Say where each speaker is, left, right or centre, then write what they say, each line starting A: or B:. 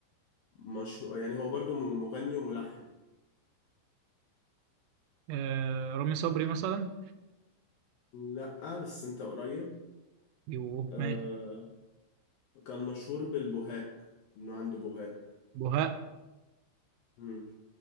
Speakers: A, on the left; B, on the right.
A: مشهور يعني هو برضو مغني وملحن
B: آه رامي صبري مثلا
A: لا بس انت قريب
B: يوه
A: آه
B: ماشي
A: كان مشهور بالبهاء انه عنده بهاء
B: بهاء
A: مم.